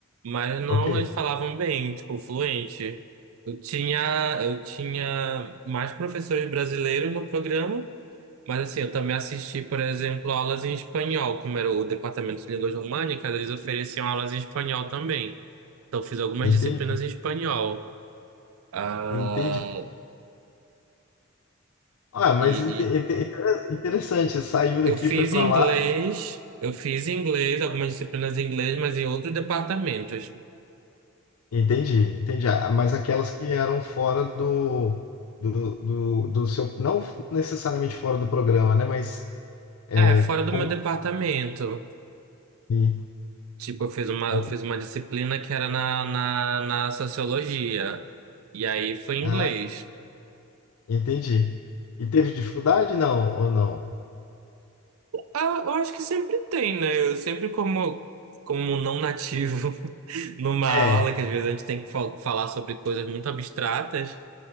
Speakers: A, on the right (about 80°); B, on the left (about 85°).
A: Mas não,
B: Ok,
A: eles falavam bem, tipo, fluente. Eu tinha, eu tinha mais professores brasileiros no programa, mas assim, eu também assisti, por exemplo, aulas em espanhol, como era o departamento de línguas românicas, eles ofereciam aulas em espanhol também. Então, eu fiz algumas
B: entendi,
A: disciplinas em espanhol. Ah,
B: entendi. Ah, mas
A: e,
B: inte- inte- inter- interessante. Saiu daqui,
A: Eu fiz
B: foi para
A: inglês,
B: lá.
A: eu fiz inglês, algumas disciplinas em inglês, mas em outros departamentos.
B: Entendi, entendi. Ah, Mas aquelas que eram fora do, do, do, do seu, não necessariamente fora do programa, né? Mas é,
A: É, fora do
B: como.
A: meu departamento.
B: e-
A: Tipo, eu fiz uma,
B: e-
A: eu fiz uma disciplina que era na, na, na sociologia. E aí foi inglês.
B: Ah, entendi. E teve dificuldade, não, ou não?
A: Ah, eu acho que sempre tem, né? Eu sempre como, como não nativo <laughs> numa aula,
B: É,
A: que às vezes a gente tem que fal- falar sobre coisas muito abstratas.